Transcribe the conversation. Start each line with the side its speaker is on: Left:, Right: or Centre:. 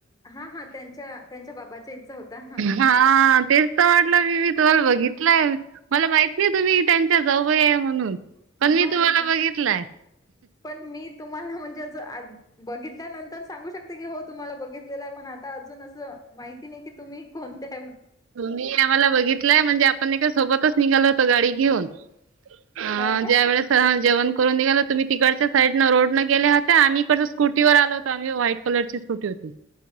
Left: हा हा त्यांच्या त्यांच्या बाबाच्या इच्छा होता हा
Right: हां तेच तर म्हटलं मी बी तुम्हाला बघितलंय. मला माहित नाही तुम्ही की त्यांच्या जाऊबाई आहे म्हणून. पण
Left: हो
Right: तुम्हाला
Left: मी
Right: बघितलाय.
Left: पण मी तुम्हाला म्हणजे अस आ बघितलं त्यानंतर सांगू शकते की हो तुम्हाला बघितलेल आहे पण आता अजून असं माहिती नाही की तुम्ही कोण त्या?
Right: तुम्ही आम्हाला बघितलंय म्हणजे आपण एकदा सोबतच निघालो होतो गाडी घेऊन. हां
Left: हो काय
Right: ज्या वेळेस सहल जेवण करून निघाले होतो तुम्ही तिकडच्या साईड न रोड न गेल्या होत्या. आम्ही इकडंच्या स्कूटी वर आलो होतो आम्ही व्हाईट कलरची स स्कूटी होती.